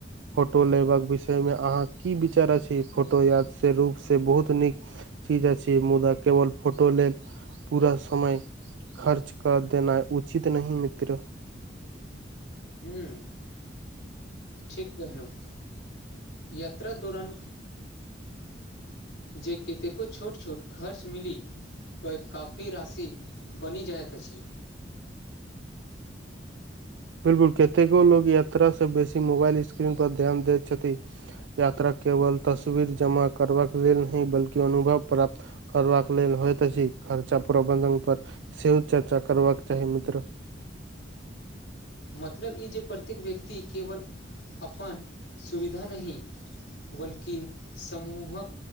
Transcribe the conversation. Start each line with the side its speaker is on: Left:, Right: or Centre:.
Right: फोटो लेबाक विषय में अहाँ की विचार फोटो याद से रूप से बहुत नीक चीज अछि मुदा केवल फोटो लेल पूरा समय खर्च कर देना उचित नै मित्र
Left: हूँ ठीक कहलहुँ यात्रा दौरान जे कतेको छोट छोट खर्च मिल के काफी राशि बइन जाइत अछि
Right: बिलकुल कतेको लोग यात्रास स बेसी मोबाइल स्क्रीन पर ध्यान दैत छथि यात्रा केवल तस्वीर जमा करबाक लेल न बल्कि अनुभव प्राप्त करबाक लेल होइत छै खर्चा प्रबंधन पर सेहो चर्चा करबाक चाही मित्र
Left: मतलब ई जे प्रत्येक व्यक्ति केवल अपन सुविधा नहि बल्कि समूहक